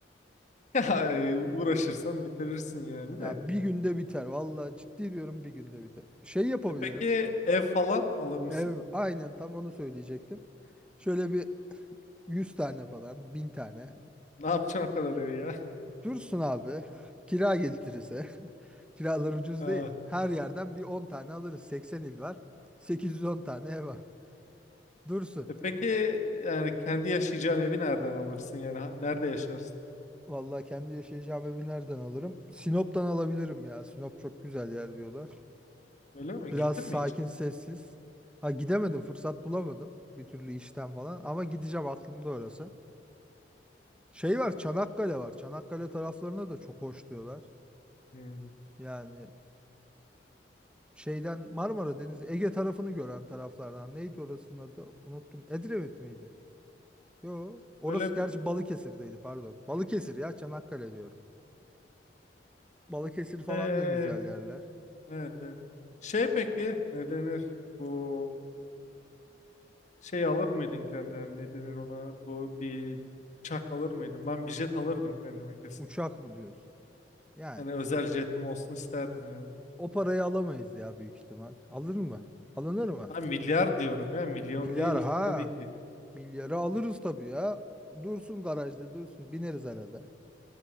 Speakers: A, on the left; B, in the centre.
A: <laughs> Ya e, uğraşırsan bitirirsin yani
B: Ya
A: de.
B: bir günde biter. Valla ciddi diyorum bir günde biter. Şey yapabilirim.
A: E peki ev falan alır mısın?
B: Ev
A: <laughs>
B: aynen tam onu söyleyecektim. Şöyle bir 100 tane falan, 1000 tane.
A: Ne yapacaksın o kadar evi ya? <laughs>
B: Dursun abi. Kira getirirse. <laughs> Kiralar ucuz
A: Ha.
B: değil. Her yerden bir 10 tane alırız. 80 il var. 810 tane ev var. <laughs> Dursun.
A: E peki yani kendi yaşayacağın evi nereden alırsın yani Ha- nerede yaşarsın?
B: Vallahi kendi yaşayacağım evi nereden alırım? Sinop'tan alabilirim ya. Sinop çok güzel yer diyorlar.
A: Öyle mi?
B: Biraz
A: Gittin
B: sakin,
A: mi hiç?
B: sessiz. Ha gidemedim, fırsat bulamadım. Bir türlü işten falan. Ama gideceğim aklımda orası. Şey var, Çanakkale var. Çanakkale taraflarına da çok hoş diyorlar.
A: Hmm.
B: Yani şeyden Marmara Denizi Ege tarafını gören taraflardan neydi orasının adı unuttum Edremit miydi? Yo orası
A: Öyle
B: gerçi
A: bir
B: Balıkesir'deydi pardon Balıkesir ya Çanakkale diyorum Balıkesir falan
A: Ee,
B: da güzel yerler
A: evet, evet. Şey peki ne denir? Bu şey alır mıydın kendine? Ne denir ona? Bu bir uçak alır mıydın? Ben bir jet alırdım kendime kesin.
B: uçak mı diyorsun yani
A: Hani özel jetim olsun isterdim yani.
B: o parayı alamayız ya büyük ihtimal alır mı alınır mı
A: Ha, milyar diyorum ya milyon
B: milyar
A: değil
B: ha
A: tabii ki.
B: milyarı alırız tabii ya dursun garajda dursun bineriz arada